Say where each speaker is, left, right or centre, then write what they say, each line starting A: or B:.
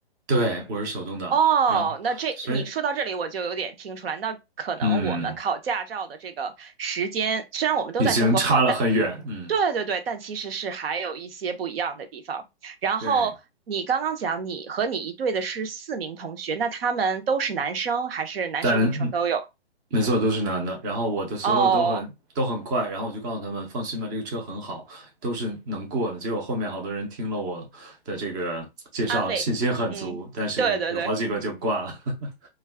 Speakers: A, on the right; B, on the right.
A: 对，我是手动挡，
B: 哦，
A: 然后所以
B: 那这你说到这里，我就有点听出来，那可能我们考驾照的这个时间，
A: 嗯，
B: 虽然我们都在中国考，
A: 已经差了很远，
B: 但
A: 嗯，
B: 对对对，但其实是还有一些不一样的地方。然后你刚刚讲你和你一队的是四名同学，
A: 对，
B: 那他们都是男生还是男生女生都有？
A: 但。没错，都是男的。然后我的所有都很都很快，
B: 哦，
A: 然后我就告诉他们放心吧，这个车很好，都是能过的。结果后面好多人听了我的这个介绍，
B: 安慰，
A: 信心很足，
B: 嗯，
A: 但是有好几个就挂了。
B: 对对对，嗯。
A: <laughs>